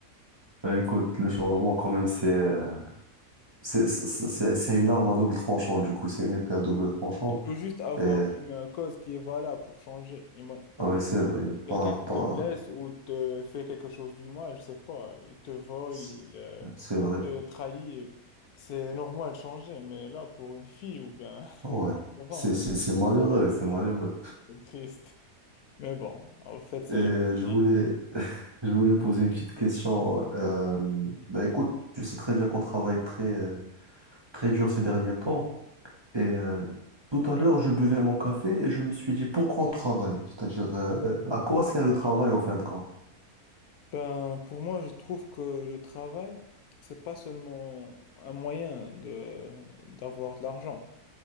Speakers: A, on the right (about 20°); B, on the left (about 80°).
A: Bah, écoute, le changement, quand même, c'est, euh, c'est, c'est, c'est c'est une arme à double tranchant, du coup. C'est une épée à double tranchant.
B: Il faut juste avoir
A: Et,
B: une euh, cause qui est valable pour changer. Ima-
A: ouais, c'est vrai.
B: Quelqu'un
A: Pas,
B: qui
A: pas,
B: te blesse ou te fait quelque chose du mal, je sais pas, il te vole,
A: c'est
B: il euh,
A: c'est vrai.
B: te trahit, c'est normal de changer, mais là, pour une fille, ou bien,
A: Ouais.
B: <laughs> avant,
A: C'est, c'est, c'est malheureux, c'est malheureux.
B: c'est triste. Mais bon, en fait, c'est
A: Et je
B: la vie.
A: voulais, <laughs> je voulais poser une petite question. Euh, bah écoute, tu sais très bien qu'on travaille très, euh, très dur ces derniers temps. Et euh, tout à l'heure, je buvais mon café et je me suis dit, pourquoi on travaille? C'est-à-dire, euh, à quoi sert le travail en fin de compte?
B: Ben, pour moi, je trouve que le travail, c'est pas seulement un moyen de d'avoir de l'argent.